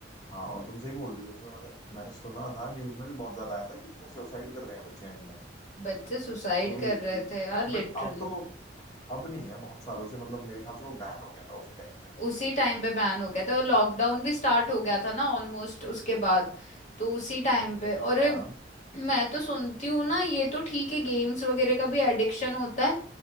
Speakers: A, on the left (about 20°); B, on the left (about 40°).
A: हाँ और तुम सही बोल रही हो उसमें मतलब मैंने सुना था न्यूज में भी बहुत ज्यादा आया था कि उसमें सुसाइड कर रहे हैं बच्चे एंड में
B: बच्चे सुसाइड
A: वही
B: कर
A: है
B: रहे
A: कि
B: थे यार लिटरली
A: बट अब तो अब नहीं है बहुत सालों से मतलब मेरे ख्याल से वो बैन हो गया था उसी टाइम पे
B: उसी टाइम पे बैन हो गया था और लॉकडाउन भी स्टार्ट हो गया था ना ऑलमोस्ट उसके बाद तो उसी टाइम पे और
A: हाँ
B: मैं तो सुनती हूँ ना ये तो ठीक है गेम्स वगैरह का भी एडिक्शन होता है